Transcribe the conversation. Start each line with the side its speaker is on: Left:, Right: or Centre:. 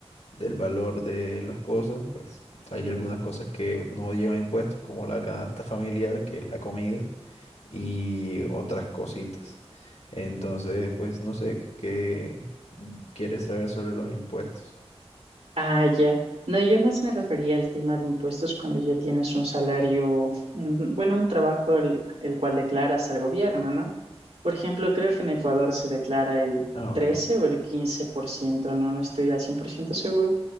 Left: del valor de las cosas, pues hay algunas cosas que no llevan impuestos, como la canasta familiar, que es la comida, y otras cositas. Entonces, pues no sé, ¿qué quieres saber sobre los impuestos?
Right: Ah, ya. No, yo más me refería al tema de impuestos cuando ya tienes un salario, un- bueno, un trabajo el, el cual declaras al gobierno, ¿no? Por ejemplo, creo que en Ecuador se declara el
Left: Ah,
Right: 13
Left: ok.
Right: o el quince por ciento no, no estoy al 100% seguro,